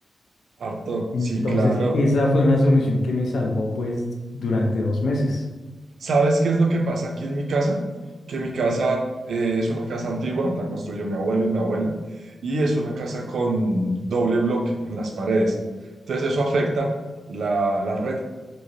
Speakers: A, on the right (about 80°); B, on the left (about 75°).
A: Harto,
B: Entonces,
A: sí, claro.
B: esa fue una solución que me salvó pues durante dos meses.
A: ¿Sabes qué es lo que pasa aquí en mi casa? Que mi casa eh, es una casa antigua, la construyó mi abuelo y mi abuela, y es una casa con doble bloque en las paredes. Entonces eso afecta la, la red